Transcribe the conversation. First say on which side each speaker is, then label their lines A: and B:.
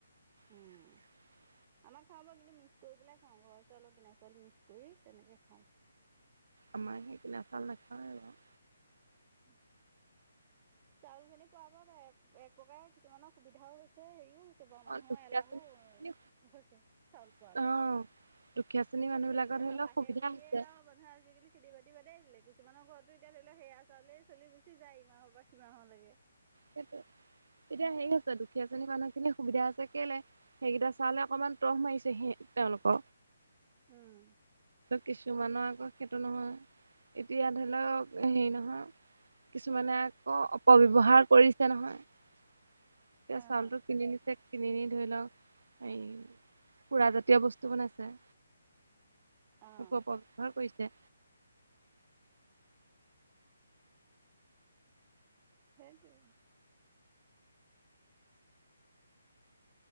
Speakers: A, on the right; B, on the right.
A: উম
B: <inaudible>
A: আমাৰ খাওঁ ব কিন্তু মিক্স কৰি পেলাই খাওঁ ঘৰৰ চাউলৰ কিনা চাউল মিক্স কৰি তেনেকে খাওঁ।
B: আমাৰ সেই কিনা চাউল নাখাওঁ-
A: উম। চাউল খিনি পোৱাব পাৰে এক প্ৰকাৰে কিছুমানৰ সুবিধাও হৈছে হেৰিও হৈছে। পা মানুহৰ
B: অ দুখীয়া
A: এলাহো
B: শ্ৰেণী
A: হৈছে চাউল পোৱা
B: অ
A: পা-
B: দুখীয়া শ্ৰেণীৰ মানুহ
A: সেইকেইটা
B: বিলাকৰ ধৰি
A: চাউল
B: লওক
A: আহে
B: সুবিধা
A: বুলিয়ে
B: হৈছে
A: আৰু মানুহে আজিকালি খেতি বাতি বাদেই দিলে গে- কিছুমানৰ ঘৰতো এতিয়া ধৰি লওক সেয়া চাউলেই চলি গুচি যায় ইমাহৰ পৰা সিমাহৰলৈকে
B: সেইটো তেতিয়া সেৰি হৈছে দুখীয়া শ্ৰেণীৰ মানুহখিনি সুবিধা হৈছে কেলে সেইকেইটা চাউললে অকনমান তহ মাৰিছে স তেওঁলোক
A: উম।
B: কিছুমানৰ আকৌ সেইটো নহয় এতিয়া ধৰি লওক হেৰি নহয় কিছুমানে আকৌ অপব্যৱহাৰ কৰিছে নহয়।
A: অঁ
B: চাউলটো কিনি নিছে কিনি নি ধৰি লওক এই সুৰাজাতীয় বস্তু বনাইছে।
A: অঁ
B: অপব্যৱহাৰ কৰিছে।
A: সেইটোৱেই।